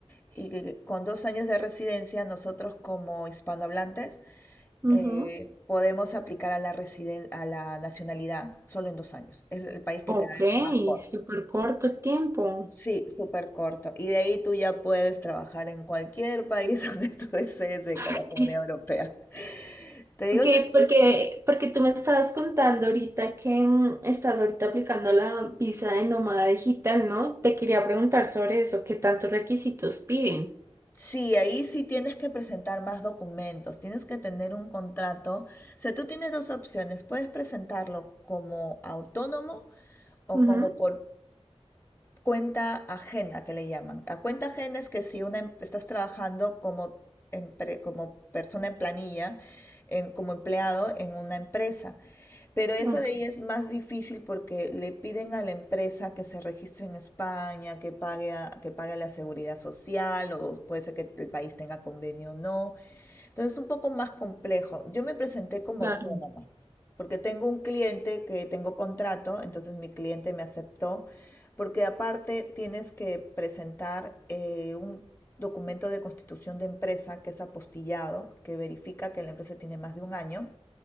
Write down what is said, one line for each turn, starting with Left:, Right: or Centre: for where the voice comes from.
Left: Y que- con dos años de residencia, nosotros como hispanohablantes
Right: ujú.
Left: eh, podemos aplicar a la residen- a la nacionalidad solo en dos años. Es el país que
Right: Ok,
Left: te da más corto.
Right: súper corto el tiempo.
Left: Sí, súper corto. Y de ahí tú ya puedes trabajar en cualquier país <laughs> donde tú desees de la
Right: <laughs>
Left: Comunidad Europea. Te digo,
Right: Ok,
Left: sí, sí,
Right: porque, porque tú me estabas contando ahorita que mm, estás ahorita aplicando la visa de nómada digital, ¿no? Te quería preguntar sobre eso, ¿qué tantos requisitos piden?
Left: sí, ahí sí tienes que presentar más documentos, tienes que tener un contrato. O sea, tú tienes dos opciones, puedes presentarlo como autónomo o
Right: Ujú,
Left: como por cuenta ajena, que le llaman. La cuenta ajena es que si una, em- estás trabajando como, empre- como persona en planilla, en- como empleado en una empresa, pero eso
Right: ah,
Left: de ahí es más difícil porque le piden a la empresa que se registre en España, que pague, a- que pague a la seguridad social, o puede ser que el país tenga convenio o no, entonces, es un poco más complejo. Yo me presenté como
Right: claro,
Left: autónoma, porque tengo un cliente que tengo contrato, entonces mi cliente me aceptó, porque aparte tienes que presentar eh, un documento de constitución de empresa que es apostillado, que verifica que la empresa tiene más de un año.